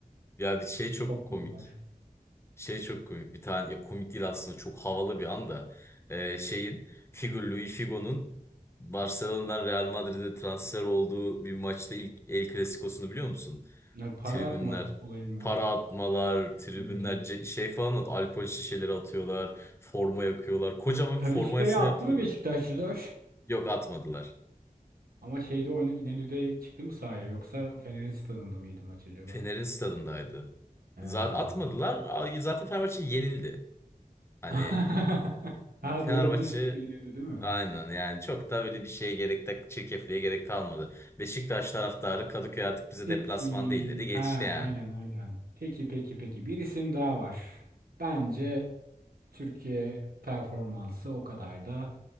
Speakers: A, on the left; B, on the right.
A: Ya bir şey çok
B: Tottenham'lar.
A: komik. Şey çok komik. Bir tane ya komik değil aslında çok havalı bir anda. Ee, şeyin figür Luis Figo'nun Barcelona'dan Real Madrid'e transfer olduğu bir maçta ilk El Clasico'sunu biliyor musun?
B: Ya, para
A: Tribünler
B: atma olayı mı?
A: para atmalar, tribünler
B: Evet evet.
A: ce- şey falan at- alkol şişeleri atıyorlar, forma yakıyorlar. Kocaman
B: Talisca'ya
A: bir formasını
B: attı
A: yaptırıyorlar.
B: mı Beşiktaşlılar?
A: Yok atmadılar.
B: Ama şeyde oyna İnönü'de çıktı mı sahaya yoksa Fener'in stadında mıydı maç acaba?
A: Fener'in stadındaydı.
B: Ee,
A: Zaten atmadılar. Zaten Fenerbahçe yenildi. Hani
B: <laughs> Ha
A: Fenerbahçe
B: doğru bir 0 yenildi değil mi?
A: aynen yani çok da böyle bir şeye gerek de çirkefliğe gerek kalmadı. Beşiktaş taraftarı Kadıköy artık bize
B: Peki.
A: deplasman değil dedi geçti
B: Ha
A: yani.
B: aynen aynen. Peki peki peki. Bir isim daha var. Bence Türkiye performansı o kadar da